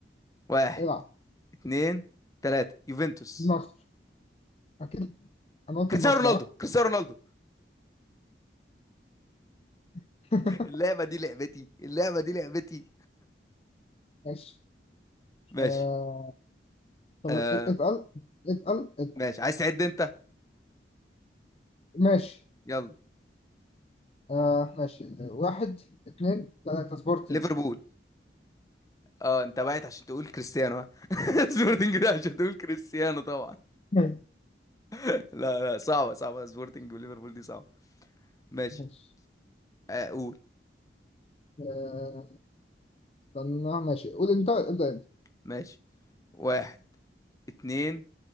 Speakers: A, on the left; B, on the left.
A: واحد
B: العب
A: اتنين تلاتة يوفنتوس
B: مصر اكيد انا قلت
A: كريستيانو
B: مصر
A: رونالدو
B: ها
A: كريستيانو رونالدو
B: <laughs>
A: اللعبة دي لعبتي اللعبة دي لعبتي
B: ماشي
A: ماشي
B: آه طب
A: آه
B: اتقل اتقل اتقل
A: ماشي عايز تعد انت
B: ماشي
A: يلا
B: آه ماشي آه، واحد اتنين تلاتة سبورتنج
A: ليفربول اه انت وقعت عشان تقول كريستيانو ها <laughs> سبورتنج ده عشان تقول كريستيانو طبعا
B: <laughs>
A: لا لا صعبة صعبة سبورتنج وليفربول دي صعبة ماشي
B: ماشي
A: آه، قول
B: آه استنى ماشي قول انت ابدأ انت
A: ماشي واحد اتنين